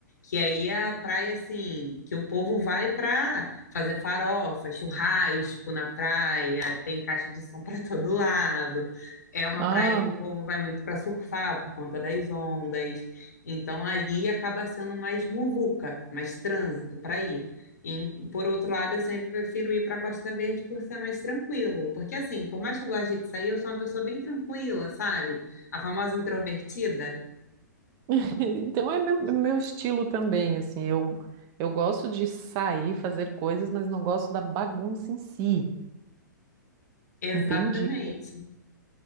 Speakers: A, on the left; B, on the right.
A: que aí é a praia assim que o povo vai para fazer farofa, churrasco na praia, tem caixa de som para <laughs> todo lado. É uma
B: Ah.
A: praia que o povo vai muito para surfar por conta das ondas. Então ali acaba sendo mais muvuca, mais trânsito para ir. E, por outro lado, eu sempre prefiro ir para a Costa Verde por ser mais tranquilo. Porque, assim, por mais que eu goste de sair, eu sou uma pessoa bem tranquila, sabe? A famosa introvertida.
B: <laughs> Então é meu, meu estilo também, assim, eu, eu gosto de sair, fazer coisas, mas não gosto da bagunça em si,
A: Exatamente.
B: entendi.